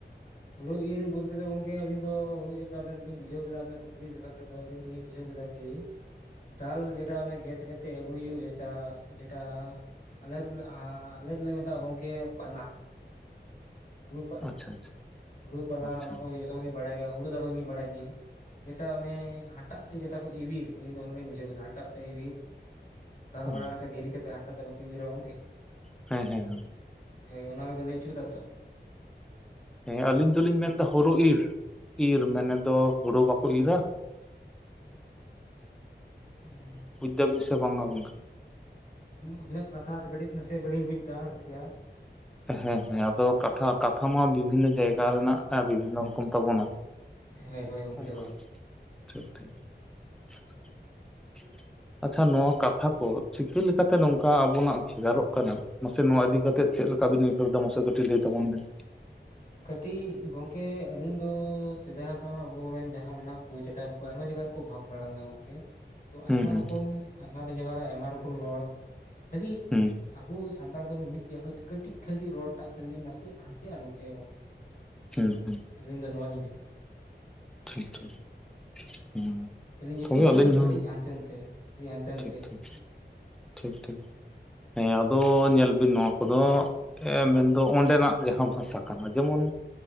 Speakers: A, on the left; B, in the centre.
A: ᱦᱩᱲᱩ ᱤᱨ ᱵᱚᱞᱛᱮ ᱫᱚ ᱜᱚᱝᱠᱮ ᱟᱹᱞᱤᱧ ᱫᱚ ᱦᱩᱲᱩ ᱤᱨ <unintelligible> ᱵᱩᱡᱷᱟᱹᱣ ᱠᱮᱫᱟ ᱵᱮᱱ ᱠᱩᱠᱞᱤ ᱞᱮᱠᱟ ᱛᱮᱫᱚ ᱞᱤᱧ ᱫᱚᱞᱤᱧ ᱵᱩᱡᱷᱟᱹᱣ ᱠᱮᱫᱟ᱾ ᱡᱮ ᱫᱟᱞ ᱡᱮᱴᱟ ᱜᱮᱫ ᱠᱟᱛᱮᱫ ᱟᱹᱜᱩᱭ ᱦᱩᱭᱩᱜ᱾ ᱡᱮᱴᱟ ᱡᱮᱴᱟ ᱟᱞᱮ ᱫᱚᱞᱮ ᱟᱞᱮ ᱫᱚᱞᱮ ᱢᱮᱛᱟᱜᱼᱟ ᱜᱚᱝᱠᱮ ᱯᱟᱞᱟ ᱦᱩᱲᱩ ᱯᱟᱞᱟ᱾
B: ᱟᱪᱪᱷᱟ ᱟᱪᱪᱷᱟ
A: ᱦᱩᱲᱩ ᱯᱟᱞᱟ
B: ᱟᱪᱪᱷᱟ
A: ᱚᱱᱟ ᱠᱚ ᱡᱚᱛᱚ ᱜᱮᱞᱤᱧ ᱵᱟᱲᱟᱭ ᱜᱮᱭᱟ᱾ ᱦᱩᱲᱩ ᱫᱟᱞ ᱫᱚᱞᱤᱧ ᱵᱟᱲᱟᱭ ᱜᱮᱭᱟ᱾ ᱡᱮᱴᱟ ᱚᱱᱮ ᱦᱟᱴᱟᱜ ᱛᱮ ᱡᱮᱴᱟ ᱠᱚ ᱤᱣᱤᱨ ᱟᱞᱤᱧ ᱫᱚᱢ ᱞᱤᱧ ᱵᱩᱡᱷᱟᱹᱣ ᱠᱮᱫᱟ ᱦᱟᱴᱟᱜ ᱛᱮ ᱤᱣᱤᱨ᱾ ᱫᱟᱞ
B: ᱚ
A: ᱵᱟᱲᱟ ᱠᱟᱛᱮ ᱫᱷᱤᱨᱤ ᱠᱟᱛᱮ ᱦᱟᱴᱟᱜ ᱛᱮ ᱵᱟᱯᱮ ᱤᱣᱤᱨ-ᱟ ᱜᱚᱝᱠᱮ᱾
B: ᱦᱮᱸ ᱦᱮᱸ ᱦᱮᱸ
A: ᱦᱮᱸ ᱚᱱᱟ ᱜᱮᱵᱮᱱ ᱞᱟᱹᱭ ᱚᱪᱚᱭᱮᱫᱟ ᱛᱚ?
B: ᱦᱮᱸ ᱟᱞᱤᱧ ᱫᱚᱞᱤᱧ ᱢᱮᱱ ᱫᱟ ᱦᱳᱲᱳ ᱤᱨ, ᱤᱨ ᱢᱮᱱᱮᱫ ᱫᱚ ᱦᱳᱲᱳ ᱵᱟᱠᱚ ᱤᱨᱟ?
A: ᱦᱮᱸ <unintelligible>
B: ᱵᱩᱡ ᱫᱟᱹᱵᱤᱱ ᱥᱮ ᱵᱟᱝᱟ ᱜᱚᱢᱠᱮ?
A: ᱟᱵᱤᱱᱟᱜ ᱠᱟᱛᱷᱟ ᱫᱚ ᱠᱟᱹᱴᱤᱡ ᱱᱟᱥᱮᱭᱟᱜ ᱵᱟᱹᱞᱤᱧ ᱵᱩᱡ ᱫᱟ ᱱᱟᱥᱮᱭᱟᱜ᱾
B: ᱦᱮᱸ ᱦᱮᱸ ᱟᱫᱚ ᱠᱟᱛᱷᱟ ᱠᱟᱛᱷᱟ ᱢᱟ ᱵᱤᱵᱷᱤᱱᱱᱚ ᱡᱟᱭᱜᱟ ᱨᱮᱱᱟᱜ ᱵᱤᱵᱷᱤᱱᱱᱚ ᱠᱟᱱ ᱛᱟᱵᱚᱱᱟ
A: ᱦᱳᱭ ᱦᱳᱭ ᱜᱚᱝᱠᱮ
B: ᱚᱱᱠᱟ
A: ᱦᱳᱭ
B: ᱴᱷᱤᱠ ᱴᱷᱤᱠ <unintelligible> ᱟᱪᱪᱷᱟ ᱱᱚᱣᱟ ᱠᱟᱛᱷᱟ ᱠᱚ ᱪᱤᱠᱟᱹ ᱞᱮᱠᱟᱛᱮ ᱱᱚᱝᱠᱟ ᱟᱵᱚᱱᱟᱜ ᱵᱷᱮᱜᱟᱨᱚᱜ ᱠᱟᱱᱟ? ᱢᱟᱥᱮ ᱱᱚᱣᱟ ᱤᱫᱤ ᱠᱟᱛᱮᱫ ᱪᱮᱫ ᱞᱮᱠᱟ ᱵᱤᱱ ᱩᱭᱦᱟᱹᱨ ᱮᱫᱟ? ᱢᱟᱥᱮ ᱠᱟᱹᱴᱤᱡ ᱞᱟᱹᱭ ᱛᱟᱵᱚᱱ ᱵᱤᱱ᱾
A: ᱠᱟᱹᱴᱤᱡ ᱜᱚᱝ ᱠᱮ ᱟᱹᱞᱤᱧ ᱫᱚ ᱥᱮᱫᱟᱭ ᱦᱟᱯᱲᱟᱢ ᱟᱵᱚᱨᱮᱱ ᱡᱟᱦᱟᱸᱭ ᱢᱮᱱᱟᱜ ᱠᱚ ᱪᱮᱛᱟ ᱩᱱᱠᱩ ᱟᱭᱢᱟ ᱡᱟᱭᱜᱟ ᱨᱮᱠᱚ ᱵᱷᱟᱜᱽ ᱵᱟᱲᱟ ᱞᱮᱱᱟ᱾ ᱛᱚ
B: ᱦᱩᱸ
A: ᱟᱭᱢᱟ
B: ᱦᱩᱸ
A: ᱨᱚᱠᱚᱢ ᱟᱭᱢᱟ <unintelligible> ᱡᱟᱭᱜᱟ ᱨᱮ ᱟᱭᱢᱟ ᱨᱚᱠᱚᱢ ᱨᱚᱲ ᱠᱷᱟᱹᱞᱤ
B: ᱦᱩᱸ
A: ᱟᱵᱚ ᱥᱟᱱᱛᱟᱲ ᱫᱚᱵᱚᱱ ᱢᱤᱫ ᱜᱮᱭᱟ᱾ ᱠᱟᱹᱴᱤᱡ ᱠᱷᱟᱹᱞᱤ ᱨᱚᱲ ᱴᱟᱜ ᱠᱷᱟᱹᱞᱤ ᱱᱟᱥᱮᱭᱟᱜ ᱦᱟᱱᱛᱮᱭᱟᱜ <unintelligible> ᱛᱮ ᱜᱚᱝᱠᱮ
B: ᱦᱩᱸ ᱦᱩᱸ
A: ᱟᱞᱤᱧ ᱫᱚ ᱱᱚᱣᱟ ᱞᱤᱧ ᱢᱮᱱᱟ᱾
B: ᱴᱷᱤᱠ ᱴᱷᱤᱠ, ᱦᱩᱸ
A: ᱠᱷᱟᱹᱞᱤ ᱧᱩᱛᱩᱢ
B: ᱛᱚᱵᱮ
A: ᱠᱷᱟᱹᱞᱤ
B: ᱟᱹᱞᱤᱧ
A: ᱠᱟᱹᱴᱤᱡ
B: ᱦᱚᱸ,
A: ᱦᱟᱱᱛᱮ ᱱᱟᱛᱮ ᱠᱷᱟᱹᱞᱤ ᱦᱟᱱᱛᱮ ᱱᱟᱛᱮ
B: ᱴᱷᱤᱠ ᱴᱷᱤᱠ, ᱴᱷᱤᱠ ᱴᱷᱤᱠ ᱦᱮᱸ ᱟᱫᱚ ᱧᱮᱞ ᱵᱮᱱ ᱱᱚᱣᱟ ᱠᱚᱫᱚ ᱢᱮᱱᱫᱚ ᱚᱸᱰᱮᱱᱟᱜ ᱡᱟᱦᱟᱸ ᱵᱷᱟᱥᱟ ᱠᱟᱱᱟ ᱡᱮᱢᱚᱱ